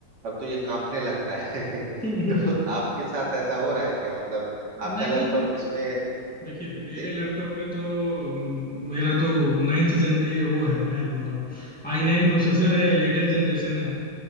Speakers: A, on the right; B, in the centre.
A: अब तो ये कांपने लगता है <laughs>
B: <laughs>
A: तो आपके साथ ऐसा हो रहा है क्या मतलब आपका
B: नहीं
A: लैपटॉप इसमें
B: देखिए मेरे
A: जी
B: लैपटॉप में तो हम्म, मेरा तो नाइन्थ जन ये वो है नाइन्थ बोल रहा हूँ आई नाइन प्रोसेसर
A: अच्छा
B: है लेटेस्ट जनरेशन है